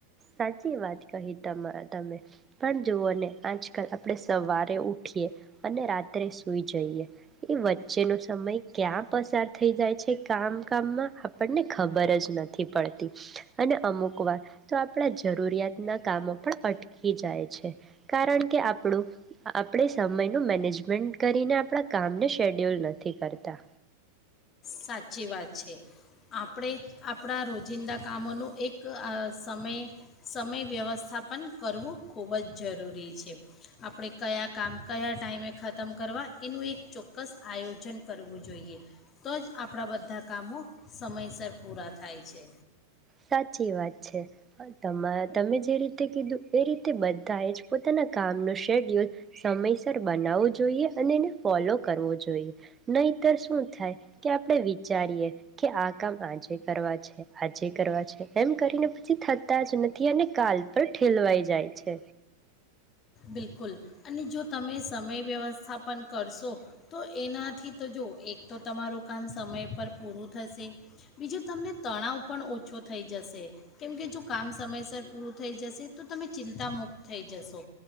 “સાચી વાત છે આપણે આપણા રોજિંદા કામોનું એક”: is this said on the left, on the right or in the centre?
Left